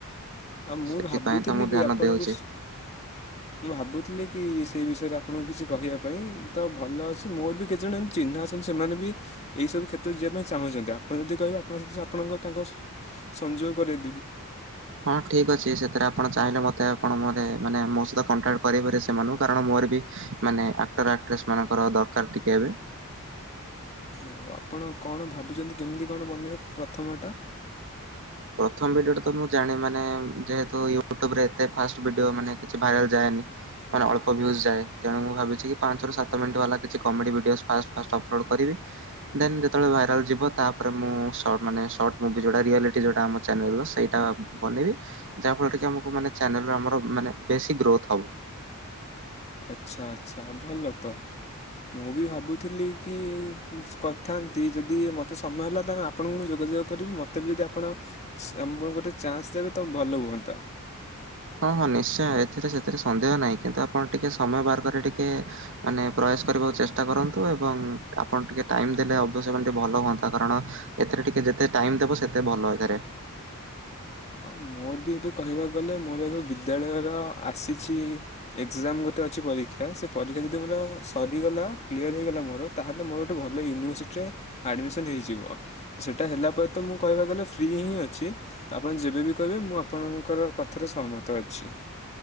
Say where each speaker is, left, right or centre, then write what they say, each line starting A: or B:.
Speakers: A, on the left (about 30°); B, on the right (about 60°).
A: ଆଉ ମୁଁ
B: ସେଥିପାଇଁ
A: ଭାବୁଥିଲି
B: ତ ମୁଁ
A: ବି
B: ଧ୍ୟାନ
A: ଆପଣଙ୍କୁ
B: ଦେଉଛି।
A: ମୁଁ ଭାବୁଥିଲି କି ସେ ବିଷୟରେ ଆପଣଙ୍କୁ କିଛି କହିବା ପାଇଁ, ତ ଭଲ ଅଛି ମୋର ବି କେତେଜଣ ଏମ୍ ଚିହ୍ନା ଅଛନ୍ତି ସେମାନେ ବି ଏଇସବୁ କ୍ଷେତ୍ରରେ ଯିବା ପାଇଁ ଚାହୁଁଛନ୍ତି, ଆପଣ ଯଦି କହିବେ ଆପଣଙ୍କ <unintelligible> ଆପଣଙ୍କ ତାଙ୍କ ସହ ସଂଯୋଗ କରେଇଦେବି।
B: ହଁ ଠିକ୍ ଅଛି ସେଥିରେ ଆପଣ ଚାହିଁଲେ ମତେ ଆପଣ ମରେ ମାନେ ମୋ ସହିତ କଣ୍ଟାକ୍ଟ କରେଇପାରିବେ ସେମାନଙ୍କୁ କାରଣ ମୋର ବି ମାନେ ଆକ୍ଟର ଆକ୍ଟ୍ରେସ୍ ମାନଙ୍କର ଦରକାର ଟିକେ ଏବେ।
A: ଓହୋ, ଆପଣ କଣ ଭାବିଛନ୍ତି କେମିତି କଣ ବନେଇବେ ପ୍ରଥମଟା?
B: ପ୍ରଥମ ଭିଡିଓଟା ତ ମୁଁ ଜାଣେ ମାନେ ଯେହେତୁ ୟୁଟୁବରେ ଏତେ ଫାଷ୍ଟ ଭିଡିଓ ମାନେ କିଛି ଭାଇରାଲ ଯାଏନି। ମାନେ ଅଳ୍ପ ଭ୍ୟୁଜ୍ ଯାଏ, ତେଣୁ ମୁଁ ଭାବିଛି କି ପାଞ୍ଚରୁ ସାତ ମିଣ୍ଟ ବାଲା କିଛି comedy video fast fast upload କରିବି। ଦେନ୍ ଯେତେବେଳେ ଭାଇରାଲ ଯିବ ତାପରେ ମୁଁ ସର୍ଟ ମାନେ ସର୍ଟ ମୁଭି ଯୋଉଟା ରିଅଲି ଟି ଯୋଉଟା ଆମ ଚ୍ୟାନେଲର ସେଇଟା ବନେଇବି। ଯାହା ଫଳରେ କି ଆମକୁ ମାନେ ଚ୍ୟାନେଲରୁ ଆମର ମାନେ ବେଶୀ ଗ୍ରୋଥ୍ ହବ।
A: ଆଚ୍ଛା ଆଚ୍ଛା, ଭଲ ତ। ମୁଁ ବି ଭାବୁଥିଲି କି କିଛି କରିଥାନ୍ତି ଯଦି ମତେ ସମୟ ହେଲା <unintelligible> ଆପଣଙ୍କୁ ମୁଁ ଯୋଗାଯୋଗ କରିବି ମୋତେ ବି ଯଦି ଆପଣ, ଆମ ବେଳକୁ ଗୋଟେ ଚାନ୍ସ ଦେବେ ତ ଭଲ ହୁଅନ୍ତା।
B: ହଁ ହଁ ନିଶ୍ଚୟ ଏଥିରେ ସେଥିରେ ସନ୍ଦେହ ନାହିଁ କିନ୍ତୁ ଆପଣ ଟିକେ ସମୟ ବାହାର କରି ଟିକେ ମାନେ ପ୍ରୟାସ୍ କରିବାକୁ ଚେଷ୍ଟା କରନ୍ତୁ ଏବଂ ଆପଣ ଟିକେ ଟାଇମ୍ ଦେଲେ ଅବଶ୍ୟ ମାନେ ଟିକେ ଭଲ ହୁଅନ୍ତା କାରଣ ଏଥିରେ ଟିକେ ଯେତେ ଟାଇମ୍ ଦବ ସେତେ ଭଲ ଏଗାରେ।
A: ହଁ ମୋର ବି ଏବେ କହିବାକୁ ଗଲେ ମୋର ଏବେ ବିଦ୍ୟାଳୟର ଆସିଛି ଏକ୍ଜାମ୍ ଗୋଟେ ଅଛି ପରୀକ୍ଷା, ସେ ପରୀକ୍ଷା ଯଦି ମୋର ସରିଗଲା କ୍ଲିଅର ହୋଇଗଲା ମୋର ତାହେଲେ ମୋର ଗୋଟେ ଭଲ ୟୁନିଭର୍ସିଟିରେ ଆଡ଼ମିସନ୍ ହେଇଯିବ। ସେଇଟା ହେଲା ପରେ ତ ମୁଁ କହିବାକୁ ଗଲେ ଫ୍ରି ହିଁ ଅଛି। ତ ଆପଣ ଯେବେବି କହିବେ ମୁଁ ଆପଣଙ୍କର କଥାରେ ସହମତ ଅଛି।